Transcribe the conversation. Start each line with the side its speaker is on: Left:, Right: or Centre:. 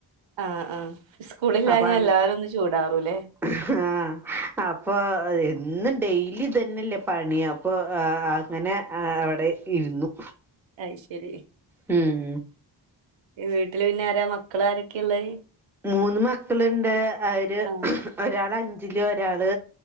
Right: അഹ് അഹ് സ്കൂളില്ലാഞ്ഞ
Centre: അപ്പ അങ്
Right: എല്ലാരും ഒന്ന് ചൂടാറുംല്ലേ
Centre: ആഹ് അപ്പൊ ന്നും ഡെയിലി തന്നെല്ലേ പണി അപ്പൊ ആഹ് അങ്ങനെ അഹ് അവടെ ഇരുന്നു
Right: അയ്ശെരി
Centre: ഉം
Right: വീട്ടില് പിന്നെ ആരാ മക്കള് ആരൊക്കെയാ ഉള്ളേ
Centre: ഉം മൂന്ന് മക്കളുണ്ട് അവര്
Right: ആഹ്
Centre: ഒരാള് അഞ്ചില് ഒരാള്